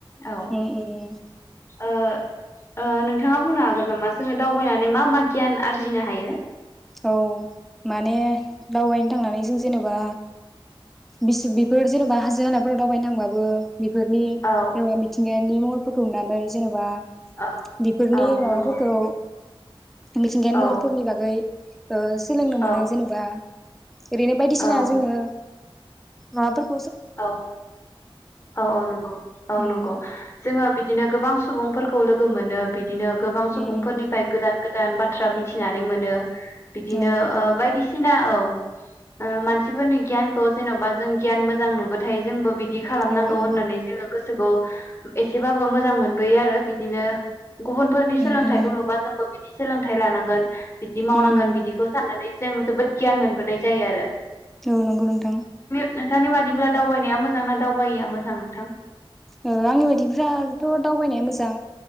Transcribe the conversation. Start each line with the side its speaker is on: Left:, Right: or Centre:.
Left: औ
Centre: उम उम
Left: ओ ओ नोंथाङा बुंनो हागोन नामा जोङो दावबायनानै मा मा गियान आरजिनो हायो
Centre: औ माने दावबायनो थांनानै जों जेनबा बिस बिफोर जेनेबा हाज <unintelligible> दावबायनो थांबाबो बेफोरनि जेनबा
Left: औ
Centre: मिथिंगाय नि महरफोरखौ नुनानै जेनबा
Left: औ
Centre: बेफोरनि
Left: औ
Centre: माबाफोरखौ
Left: नंगौ
Centre: मिथिंगायारि
Left: औ
Centre: महरफोरनि बागै ओ सोलोंनो
Left: औ
Centre: मोनो जेनेबा ओरैनो बायदिसिना
Left: औ
Centre: जोङो माबाफोर
Left: औ औ औ नंगौ औ
Centre: उम
Left: नंगौ जोङो बिदिनो गोबां सुबुंफोर खौ लोगो मोनो बि दिनो गोबां सुबुंफोरनिफ्राय
Centre: उम उम
Left: गोदान गोदान बाथ्रा मिथिनानै मोनो बिदिनो
Centre: औ नंगौ
Left: ओ बायदिसिना औ ओ मानसिफोरनि गियानखौ जेनबा जों गियान मोजां नुबो थाय जोंबो बि दि खालामनांगौ
Centre: औ औ
Left: होननानै जोङो गोसोखौ ए सेबाबो मोजां मोनबोयो आरो बिदिनो। गुबुनफोरनि सोलोंथाइखौ
Centre: उम उम
Left: नुबा जोंबो। सोलोंथाइ लानांगोन। बिदि मावनांगोन
Centre: उम उम
Left: बिदिखौ साननानै। जों जोबोद गियान मोनबोनाय जायो आरो।
Centre: औ नंगौ नोंथां।
Left: नोंथांनिबादि। ब्ला दावबायनाया मोजां ना दावबाययिया मोजां नोंथां।
Centre: ओ आंनि बायदिफ्राथ दावबायनाया मोजां।